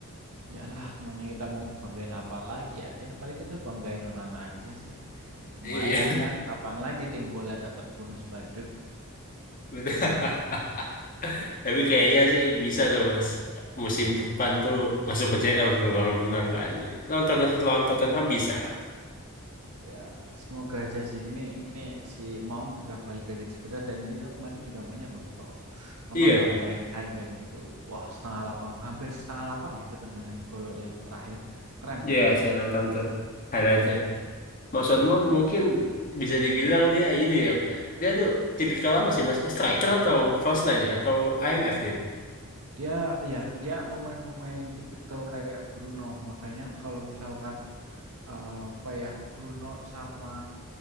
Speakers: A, on the right (about 80°); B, on the left (about 40°).
A: ya lah, makanya kita mau banggain apa lagi ya? Ya paling kita banggain Onana aja sih. Lumayan
B: Iya.
A: kan, kapan lagi tim bola dapat bonus badut?
B: Benar. <laughs> Tapi kayaknya sih bisa tuh mas. Musim depan tuh masuk ke CL tuh kalau menang kan. Lawan Tot- lawan Tottenham bisa lah.
A: Ya, semoga aja sih. Ini ini si Mount udah balik dari cedera dan dia kemarin juga mainnya bagus kok. Nonton
B: Iya,
A: nggak kemarin highlightnya itu? Wah, setengah lapang, hampir setengah lapang itu tendangan gol yang terakhir. Keren,
B: iya
A: keren, keren.
B: saya nonton tuh highlightnya. Mason Mount mungkin bisa dibilang dia ini ya mas. ya. Dia tuh tipikal apa sih mas? Dia striker atau false nine ya? Atau IMF dia?
A: Dia ya, dia pemain-pemain tipikal kayak Bruno. Makanya kalau misalkan eh, apa ya Bruno sama